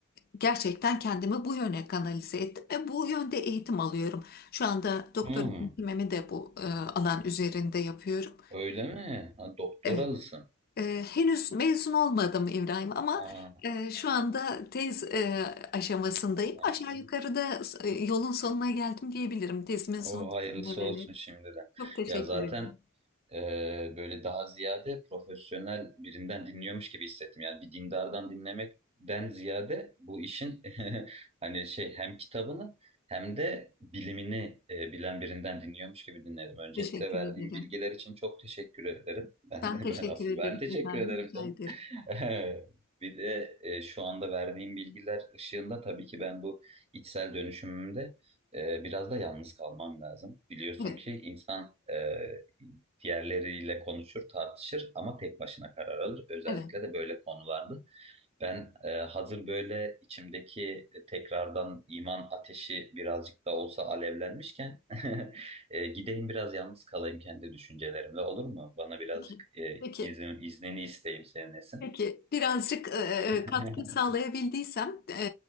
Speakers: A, on the left (about 45°); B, on the right (about 30°).
A: gerçekten kendimi bu yöne kanalize ettim ve bu yönde eğitim alıyorum. Şu anda doktora
B: Hmm,
A: eğitimimi de bu e, alan üzerinde yapıyorum.
B: öyle mi? Ha, doktoralısın.
A: Evet. Ee, henüz mezun olmadım İbrahim ama
B: Aa,
A: e, şu anda tez e, aşamasındayım.
B: <laughs> Aa.
A: Aşağı yukarıda e, yolun sonuna geldim diyebilirim. Tezimin
B: O
A: son düzenlemeleri.
B: hayırlısı olsun şimdiden.
A: Çok teşekkür
B: Ya zaten
A: ederim.
B: Ee, böyle daha ziyade profesyonel birinden dinliyormuş gibi hissettim. Yani bir dindardan dinlemekten ziyade bu işin <laughs> hani şey hem kitabını hem de bilimini e, bilen birinden dinliyormuş gibi dinledim. Öncelikle
A: Teşekkür
B: verdiğim
A: ederim.
B: bilgiler için çok teşekkür ederim. <laughs> Ben,
A: Ben teşekkür
B: ben asıl
A: ederim
B: ben teşekkür
A: İbrahim.
B: ederim
A: Rica
B: canım.
A: ederim.
B: <laughs> Bir de e, şu anda verdiğim bilgiler ışığında tabii ki ben bu içsel dönüşümümde e, biraz da yalnız kalmam lazım. Biliyorsun
A: Evet,
B: ki insan e, Diğerleriyle konuşur, tartışır ama tek başına karar alır. Özellikle
A: evet.
B: de böyle konularda. Ben e, hazır böyle içimdeki tekrardan iman ateşi birazcık da olsa alevlenmişken <laughs> e, gideyim biraz yalnız kalayım kendi düşüncelerimle olur mu? Bana birazcık
A: Peki,
B: e,
A: peki.
B: izin, iznini isteyeyim senin Esin.
A: Peki, birazcık e,
B: <laughs>
A: e, katkı sağlayabildiysem e,